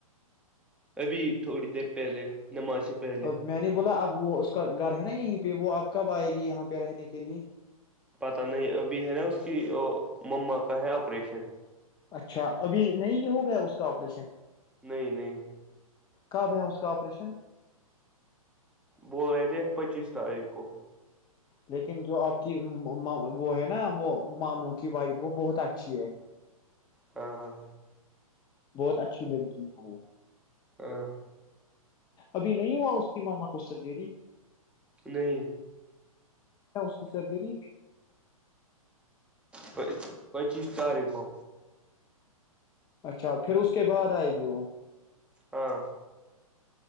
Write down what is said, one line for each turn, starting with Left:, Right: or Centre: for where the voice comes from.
Centre: ابھی تھوڑی دیر پہلے نماز سے پہلے
Left: اب میں نے بولا اب وہ اس کا گھر ہے نا یہیں پہ وہ آپ کب آئے گی یہاں پہ رہنے کے لیے
Centre: پتا نہیں ابھی ہے نا اس کی ممما کا ہے آپریشن
Left: اچھا ابھی نہیں یہ ہو گیا اس کا آپریشن
Centre: نہیں نہیں
Left: کب ہے اس کا آپریشن
Centre: بول رہے تھے پچیس تاریخ کو
Left: لیکن جو آپ کی وہ ہے نا وہ ماموں کی وائف وہ بہت اچھی ہے
Centre: ہاں ہاں
Left: بہت اچھی لڑکی ہے وہ
Centre: ہاں <unintelligible>
Left: ابھی نہیں ہوا اس کی ماما کو سرجری
Centre: نہیں
Left: اس کی سرجری
Centre: پ پچیس تاریخ کو
Left: اچھا پھر اس کے بعد آئے گی وہ
Centre: ہاں